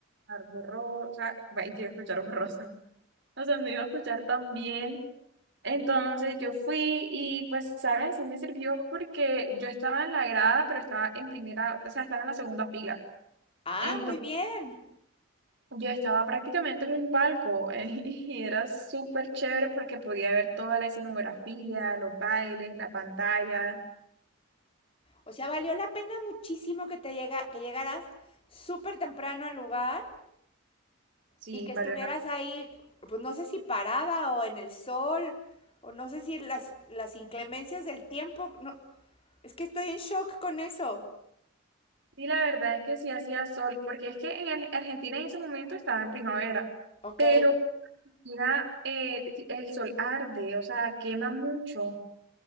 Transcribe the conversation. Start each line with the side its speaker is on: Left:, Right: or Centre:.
Right: escuchar borrosa, va, y te iba a escuchar borrosa, <laughs> o sea, no iba a escuchar tan bien. Entonces yo fui y pues, ¿sabes? Sí me sirvió porque yo estaba en la grada, pero estaba en primera, o sea, estaba en la segunda fila.
Left: Ah,
Right: Entonces
Left: muy bien.
Right: yo estaba prácticamente en un palco <laughs> y era súper chévere porque podía ver toda la escenografía, los bailes, la pantalla.
Left: O sea, valió la pena muchísimo que te llega, que llegaras súper temprano al lugar
Right: Sí,
Left: y que
Right: valió
Left: estuvieras ahí, pues no sé si parada o en el sol, o no sé si las, las inclemencias del tiempo. No, es que estoy en shock con eso.
Right: Sí, la verdad es que sí hacía sol, porque es que en Ar- Argentina en ese momento estaba en primavera,
Left: Ok.
Right: pero Argentina eh, ti- el sol arde, o sea, quema mucho.